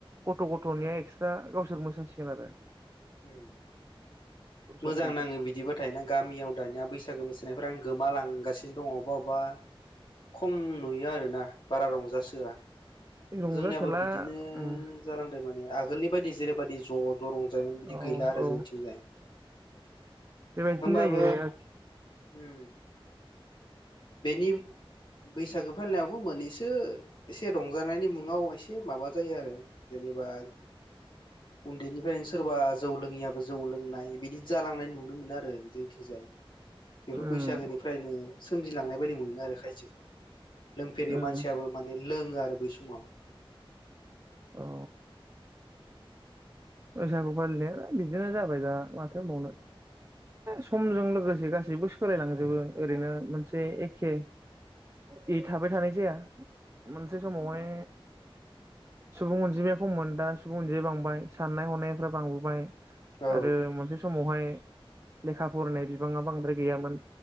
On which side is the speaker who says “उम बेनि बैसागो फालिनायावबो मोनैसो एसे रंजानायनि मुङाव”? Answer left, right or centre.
Left